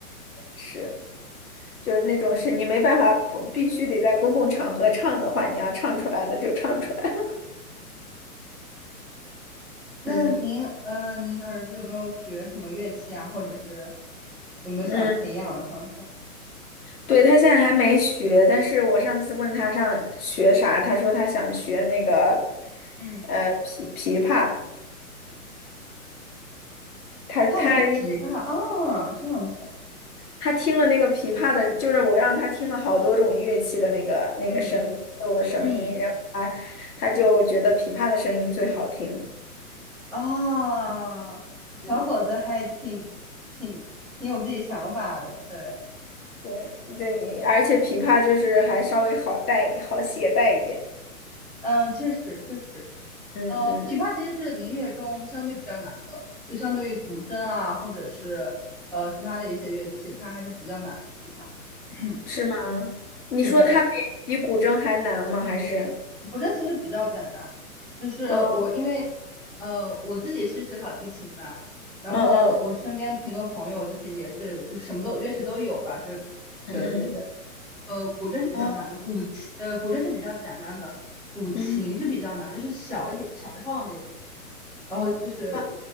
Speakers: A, on the left (about 75°); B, in the centre.
A: 是，就是那种是你没办法不必须得在公共场合唱的话，你要唱出来的就唱出来。
B: 那您呃，
A: 嗯
B: 您儿子有没有学什么乐器啊，或者是有没有想培养的方向？
A: 嗯，对，他现在还没学，但是我上次问他上学啥，他说他想学那个，
B: 嗯，
A: 呃，琵琵琶。他他因为
B: 他想学琵琶啊，这样子，
A: 他听了那个琵琶的，就是我让他听了好多种乐器的那个那个声音，
B: 嗯
A: 奏的声音，
B: 嗯
A: 然后他他就觉得琵琶的声音最好听。
B: 啊，小伙子还挺挺挺有自己想法的，
A: 嗯，
B: 对，
A: 对对，而且琵琶就是还稍微好带好携带一点。
B: 嗯，确实确实。
A: 嗯嗯，
B: 呃，琵琶其实是民乐中相对比较难的，就相对于古筝啊，或者是呃其他的一些乐器，它还是比较难的。琵琶 <clears throat>
A: 是吗？你说它比比古筝还难吗？
B: 是这样。
A: 还是？
B: 古筝其实比较简单，就是我因为呃我自己是学小提琴的，
A: 嗯
B: 然后我身边挺多朋友就是也是就什么都乐器都有吧，
A: 嗯嗯
B: 就学的这些。
A: 嗯
B: 呃，古筝是比较难的，
A: 哦，
B: 古琴呃古筝是比较简单的，古琴是比较难的，
A: 嗯哦嗯，
B: 是小一点小一号的那个，然后就是
A: 啊